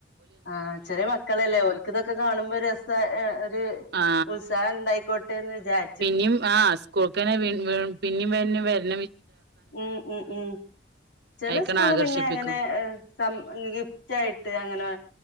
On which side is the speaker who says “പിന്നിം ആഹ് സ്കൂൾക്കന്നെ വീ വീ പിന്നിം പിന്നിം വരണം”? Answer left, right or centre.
Right